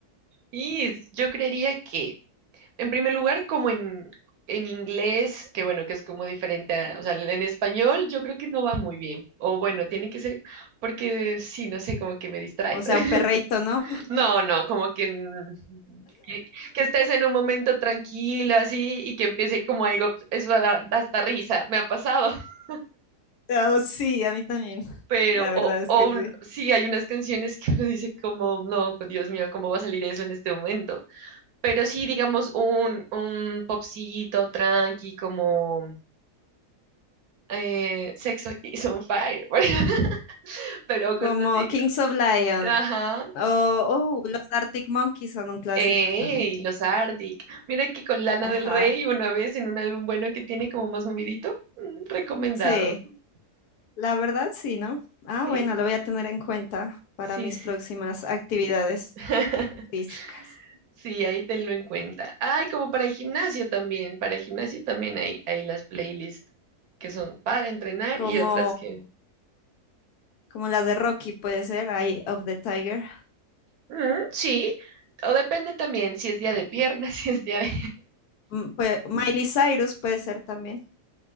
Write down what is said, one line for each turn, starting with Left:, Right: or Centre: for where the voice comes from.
Right: Y es- yo creería que, en primer lugar, como en, en inglés, que bueno, que es como diferente, a- o sea, en español yo creo que no va muy bien. O bueno, tiene que ser, porque sí, no sé, como que me distrae.
Left: O sea,
Right: <laughs>
Left: un perreito, ¿no?
Right: No, no, como que, mm, que, que estés en un momento tranquilo así y que empiece como algo, eso da, da hasta risa, me ha pasado, <laughs>
Left: Oh, sí, a mí también.
Right: pero
Left: La verdad
Right: o,
Left: es
Right: o
Left: que sí.
Right: un- sí, hay unas canciones que uno dice como, no, Dios mío, ¿cómo va a salir eso en este momento? Pero sí, digamos, un, un popcito tranqui como eh, Sex is on Fire, <laughs> por ejemplo, pero
Left: Como
Right: cosas así,
Left: Kings of Lion
Right: ajá.
Left: o oh, los Arctic Monkeys son un clásico
Right: ¡Ey!
Left: también.
Right: Los Arctic. Mira que con Lana
Left: Ajá.
Right: del Rey una vez en un álbum bueno que tiene como más movidito. mm, recomendado.
Left: Sí, la verdad sí, ¿no? Ah,
Right: Sí,
Left: bueno, lo voy a tener en cuenta para
Right: sí,
Left: mis
Right: sí.
Left: próximas actividades
Right: <laughs>
Left: físicas.
Right: Sí, ahí tenlo en cuenta. Ay, como para el gimnasio también. Para el gimnasio también hay, hay las playlists que son para entrenar
Left: Como
Right: y otras que...
Left: como las de Rocky puede ser, Eye of the Tiger.
Right: Mm, sí, o depende también si es día de piernas, <laughs> si es día de...
Left: Mm, pue- Miley Cyrus puede ser también.